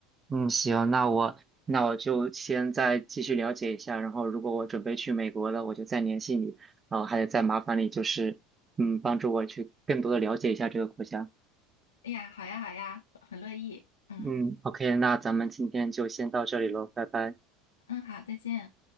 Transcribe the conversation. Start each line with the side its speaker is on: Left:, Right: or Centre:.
Right: 嗯，行，那我那我就先再继续了解一下，然后如果我准备去美国了，我就再联系你，然后还得再麻烦你，就是嗯，帮助我去更多的了解一下这个国家。
Left: 哎呀，好呀好呀，很乐意，嗯
Right: 嗯，OK，那咱们今天就先到这里喽，拜拜。
Left: 嗯，好，再见。